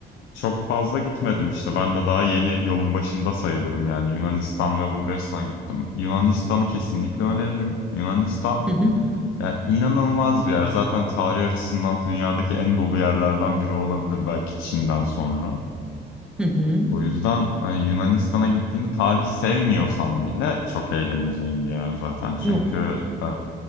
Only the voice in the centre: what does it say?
Hı hı.
Hı hı.
Yok